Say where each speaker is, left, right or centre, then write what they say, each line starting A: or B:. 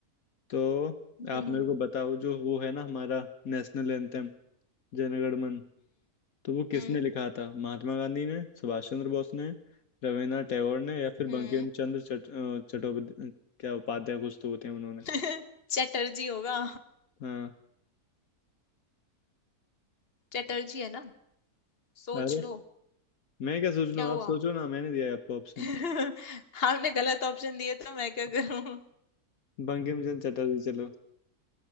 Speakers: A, on the left (about 65°); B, on the left (about 40°).
A: तो
B: <laughs>
A: आप
B: हम्म
A: मेरे को बताओ जो वो है ना हमारा नेशनल एंथम जनगण मन तो वो किसने
B: हम्म
A: लिखा था महात्मा गांधी ने सुभाष चंद्र बोस ने रविन्द्रनाथ टैगोर ने या फिर
B: हम्म
A: बंकिम चंद्र चट, अ, चट्टोपाध्याय क्या उपाध्याय कुछ तो होते हैं उन्होंने
B: <laughs> चटर्जी होगा
A: हाँ
B: चटर्जी है ना सोच
A: अरे
B: लो
A: मैं क्या सोच लूँ
B: क्या हुआ
A: आप सोचो ना मैंने दिया है आपको ऑप्शन
B: <laughs> आपने गलत ऑप्शन दिए तो मैं क्या
A: <laughs>
B: करूं
A: बंकिम चंद्र चटर्जी चलो